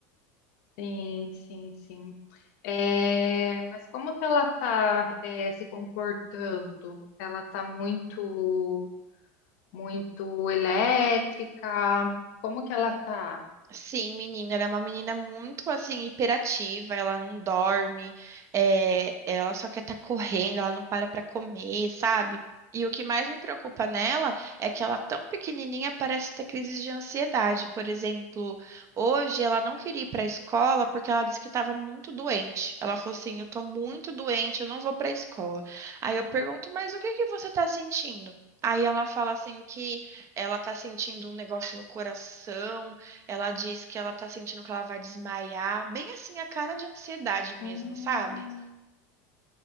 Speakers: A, on the left (about 70°); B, on the right (about 35°).
A: sim, sim, sim. É, mas como que ela está se comportando? Ela está muito, muito elétrica? Como que ela está?
B: Sim, menina, ela é uma menina muito assim hiperativa, ela não dorme, é, ela só quer estar correndo, ela não para para comer, sabe? E o que mais me preocupa nela é que ela tão pequenininha parece ter crises de ansiedade. Por exemplo, hoje ela não queria ir para a escola porque ela disse que estava muito doente. Ela falou assim: "Eu tô muito doente, eu não vou para a escola". Aí eu pergunto: "Mas o que que você tá sentindo?" Aí ela fala assim que ela tá sentindo um negócio no coração, ela diz que ela tá sentindo que ela vai desmaiar, bem assim, a cara de ansiedade mesmo,
A: Hum,
B: sabe?